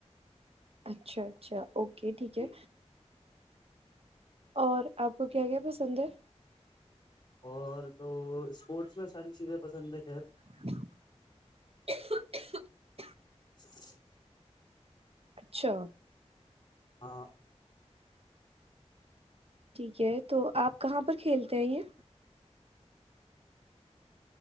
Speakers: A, on the right; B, on the left.
A: اچھا اچھا اوکے ٹھیک
B: جی
A: ہے اور آپ کو کیا کیا پسند ہے
B: اور تو اسپورٹس میں ساری چیزیں پسند ہیں خیر
A: <inaudible>
B: <inaudible>
A: اچھا
B: ہاں
A: ٹھیک ہے تو آپ کہاں پر کھیلتے ہیں یہ